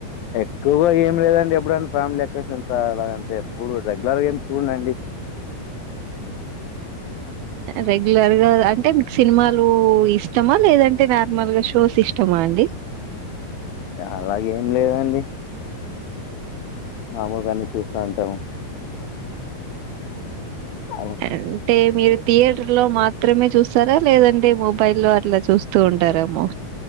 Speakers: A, on the left; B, on the right.
A: ఎక్కువగా ఏం లేదండి ఎప్పుడన్న ఫ్యామిలీ అక్కేషన్ అలా ఎల్తే ఎప్పుడు రెగ్యులర్గా ఏం చూడనండి
B: రెగ్యులర్గా అంటే మీకు సినిమాలు ఇష్టమా లేదంటే నార్మల్ గా షోస్ ఇష్టమా అండి
A: అలాగేం లేదండి మామూలుగా అన్ని చూస్తా ఉంటాము అలా
B: అంటే మీరు థియేటర్ లో మాత్రమే చూస్తారా లేదంటే మొబైల్ లో అట్లా చూస్తూ ఉంటారామో